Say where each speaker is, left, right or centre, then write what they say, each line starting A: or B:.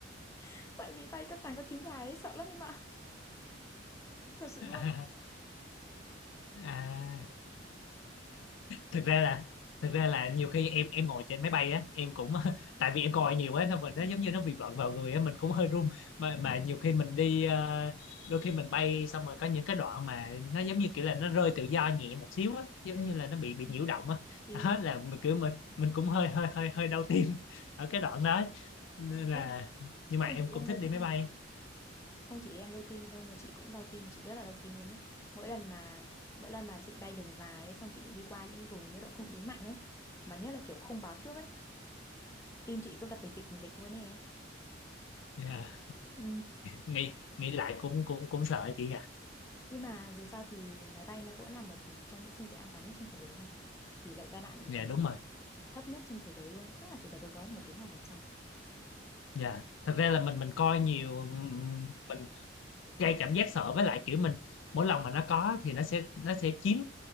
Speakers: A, on the left (about 15°); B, on the left (about 80°).
A: <laughs> tại vì bay các tàng các chuyến dài ấy, sợ lắm em ạ <laughs> thật sự
B: <laughs>
A: luôn
B: à, thực ra là thực ra là nhiều khi em em ngồi trên máy bay á em cũng <laughs> tại vì em coi nhiều quá xong rồi nó
A: <laughs>
B: giống như nó bị vợn vào người á mình cũng hơi run mà
A: Ừ, ừ,
B: mà nhiều khi mình đi ờ, đôi khi mình bay xong rồi có những cái đoạn mà nó giống như kiểu là nó rơi tự do nhẹ một xíu á giống như là nó bị bị
A: ừ.
B: nhiễu động á
A: Chị
B: <laughs> đó.
A: đúng
B: là mình kiểu mình mình cũng hơi hơi hơi hơi đau tim <laughs> ở cái đoạn đó nên là
A: em
B: nhưng
A: không
B: mà em
A: chỉ
B: cũng
A: em
B: thích
A: đau
B: đi
A: tim
B: máy bay
A: không chỉ em đau tim đâu mà chị cũng đau tim chị rất là đau tim luôn ấy mỗi lần mà mỗi lần mà chị bay đường dài ấy, xong chị đi qua những vùng nhiễu động không khí mạnh ấy mà nhất là kiểu không báo trước ấy tim chị cứ đập bịch bịch bịch luôn ấy em
B: Dạ.
A: Ừ.
B: nghĩ nghĩ lại cũng cũng cũng sợ chị nhỉ
A: Nhưng mà dù sao thì máy bay nó cũng là một trong những phương tiện an toàn nhất trên thế giới mà. Tỷ lệ tai nạn
B: dạ
A: gần như
B: đúng
A: là
B: rồi
A: thấp nhất trên thế giới luôn, chắc là chỉ tầm đâu đó một đến 2%.
B: dạ thật ra là mình mình coi nhiều mình gây cảm giác sợ với lại kiểu mình mỗi lần mà nó có thì nó sẽ nó sẽ chiếm